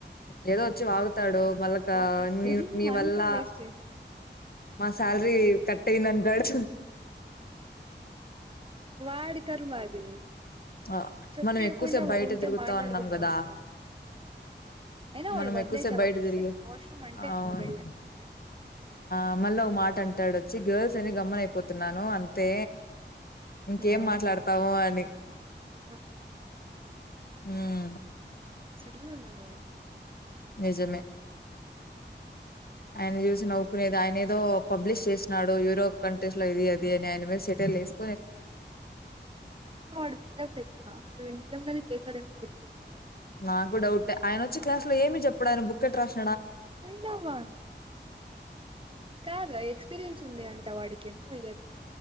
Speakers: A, on the left; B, on the right.
A: ఏదో వచ్చి వాగుతాడు మళ్ళగా
B: ఒక్క
A: మీ
B: సెమ్
A: మీ
B: అంతా
A: వల్ల
B: వేస్ట్ చేసాం
A: మా సాలరీ కట్టయింది అంటాడు
B: వాడి కర్మ అది
A: ఆ
B: చెప్పియకుండా
A: మనం ఎక్కువసేపు బయట
B: ఉంటే
A: తిరుగుతా
B: మాట్లాడకుండా
A: ఉన్నాం కదా
B: ఉంటారా అయినా వాడు
A: మనం
B: వదిలేసేవాడు
A: ఎక్కువసేపు బయట తిరిగి
B: సార్ వాష్రూమ్ అంటే
A: అవును
B: ఆ వెళ్ళండి అంతే
A: ఆ మల్లా ఓ మాట అంటాడు వచ్చి గర్ల్స్ అని గమ్మనయిపోతున్నాను అంతే ఇంకేం
B: ఆ
A: మాట్లాడతామో అని
B: ఆ,
A: హ్మ్
B: చిల్ ఉన్నాడు వాడు
A: నిజమే ఆయన్ని చూసి నవ్వుకునేది ఆయన ఏదో పబ్లిష్ చేసినాడు యూరోప్ కంట్రీస్ లో ఇది అది అని ఆయన మీద సెటైర్లు యేసు
B: వాడు బిల్డప్లు ఎక్కువ నిజంగానే చేస్త డేమో తెలిదు
A: నాకు డౌట్ ఆయన వచ్చి క్లాస్ లో ఏమి చెప్పడు అయన బుక్ ఎట్ట రస్
B: ఆయనవా కాదు ఎక్స్పీరియన్స్ ఉంది అంట వాడికి కెన్నో ఇయర్స్